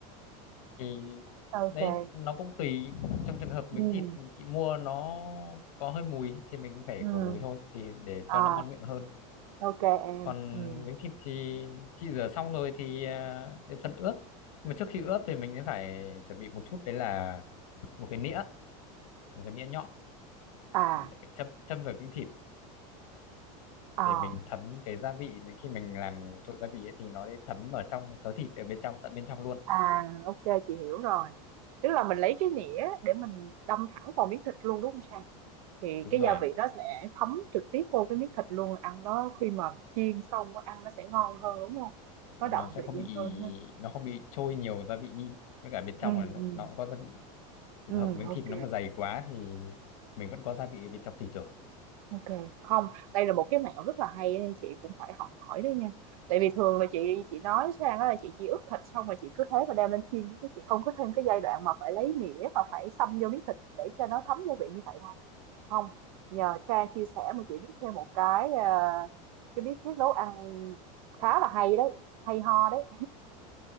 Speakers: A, on the left; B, on the right.
A: thì
B: OK.
A: đấy nó cũng tùy trong trường hợp miếng
B: Ừm,
A: thịt chị mua nó có hơi mùi thì mình cũng phải
B: ừm,
A: khử mùi thôi thì để
B: à,
A: cho nó ngon miệng hơn
B: OK em,
A: còn
B: ừm.
A: miếng thịt thì chị rửa xong rồi thì à, đến phần ướp nhưng mà trước khi ướp thì mình sẽ phải chuẩn bị một chút đấy là một cái nĩa một cái nĩa nhọn
B: À,
A: để phải châm châm vào miếng thịt
B: à,
A: để mình thấm cái gia vị này. khi mình làm trộn gia vị ấy, thì nó sẽ thấm ở trong thớ thịt ở bên trong tận bên trong luôn
B: à, OK, chị hiểu rồi. Tức là mình lấy cái nĩa để mình đâm thẳng vào miếng thịt luôn, đúng không Sang? thì
A: đúng
B: cái
A: rồi
B: gia vị nó sẽ thấm trực tiếp vô cái miếng thịt luôn ăn nó khi mà chiên xong nó ăn nó sẽ ngon hơn đúng không
A: Đúng
B: nó
A: là
B: đậm
A: nó sẽ
B: vị
A: không bị
B: hơn ha
A: nó không bị trôi nhiều gia vị đi với cả bên
B: ừ
A: trong là nó,
B: ừ
A: nó cũng có gia vị trường
B: ừ
A: hợp miếng thịt
B: ok
A: nó mà dày quá thì mình vẫn có gia vị ở bên trong thịt rồi
B: Ok, không, đây là một cái mẹo rất là hay á, chị cũng phải học hỏi đó nha. Tại vì thường là chị chị nói sang đó là chị chỉ ướp thịt xong rồi chị cứ thế mà đem lên chiên thôi, chứ chị không có thêm cái giai đoạn mà phải lấy nĩa mà phải xông vô miếng thịt để cho nó thấm gia vị như vậy đâu. Không, nhờ Sang chia sẻ mà chị biết thêm một cái ờ, cái bí quyết nấu ăn khá là hay đấy, hay ho đấy.